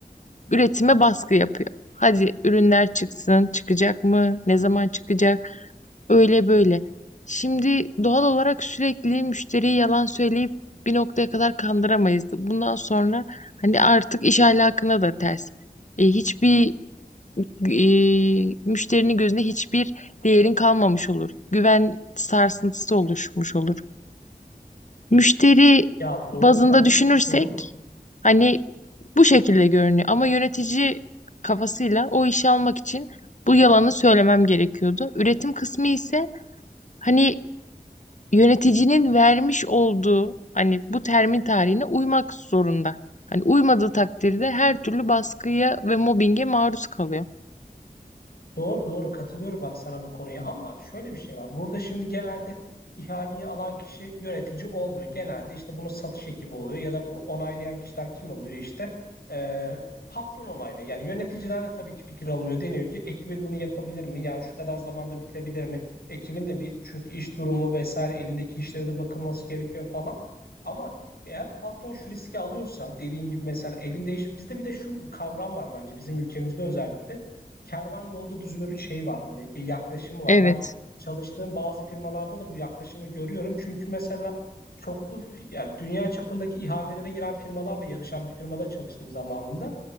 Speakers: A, on the left (about 50°); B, on the left (about 75°).
A: üretime baskı yapıyor. Hadi ürünler çıksın, çıkacak mı?
B: Hı hı.
A: Ne zaman çıkacak? Öyle böyle. Şimdi doğal olarak sürekli müşteriye yalan söyleyip bir noktaya kadar kandıramayız. Bundan sonra hani artık iş ahlakına da ters. E, hiçbir e, müşterinin gözünde hiçbir değerin kalmamış olur. Güven sarsıntısı oluşmuş olur. Müşteri
B: Ya doğru
A: bazında
B: kabul.
A: düşünürsek
B: Hı hı.
A: hani bu şekilde görünüyor. Ama yönetici kafasıyla o işi almak için bu yalanı söylemem gerekiyordu. Üretim kısmı ise hani yöneticinin vermiş olduğu hani bu termin tarihine uymak zorunda. Hani uymadığı takdirde her türlü baskıya ve mobbinge maruz kalıyor.
B: Doğru doğru katılıyorum bak sana bu konuya ama şöyle bir şey var. Burada şimdi genelde ihaleyi alan kişi yönetici olmuyor. Genelde işte bunu satış ekibi oluyor ya da bunu onaylayan kişiler kim oluyor işte Ee, patron onaylıyor. Yani yöneticiden de tabii ki fikir alınıyor. Deniyor ki ekibin bunu yapabilir mi? Yani şu kadar zamanda bitebilir mi? Ekibin de bir çünkü iş durumu vesaire elindeki işlere de bakılması gerekiyor falan. Ama eğer patron şu riski alıyorsa dediğin gibi mesela elinde iş bizde bir de şu kavram var bence bizim ülkemizde özellikle kervan yolda düzülür şey var böyle e, yaklaşımı var.
A: Evet.
B: Ben çalıştığım bazı firmalarda da bu yaklaşımı görüyorum. Çünkü mesela çoklu fi- ya dünya çapındaki ihalelere giren firmalarla yarışan bir firmada çalıştım zamanında.